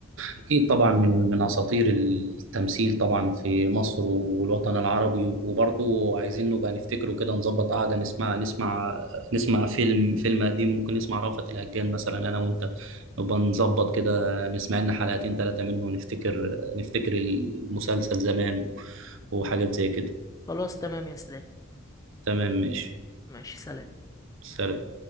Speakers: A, on the right; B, on the left.
A: أكيد طبعا من من أساطير التمثيل طبعا في مصر والوطن العربي وبرضه عايزين نبقى نفتكره كده نظبط قعدة نسمع نسمع نسمع فيلم فيلم قديم ممكن نسمع رأفت الهجان مثلا أنا وأنت نبقى نظبط كده نسمع لنا حلقتين ثلاثة منه ونفتكر نفتكر المسلسل زمان وحاجات زي كده
B: خلاص تمام يا اسلام
A: تمام ماشي
B: ماشي سلام
A: سلام